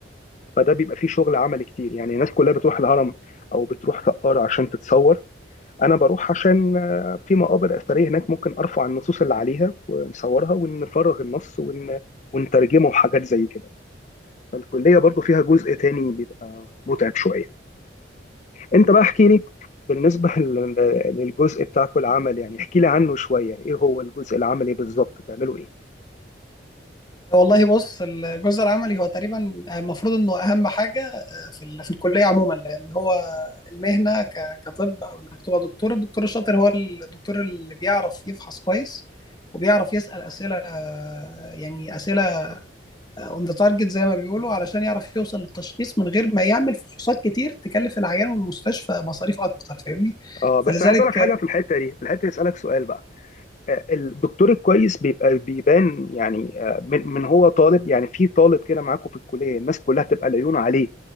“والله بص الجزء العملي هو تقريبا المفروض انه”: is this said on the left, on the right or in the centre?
Left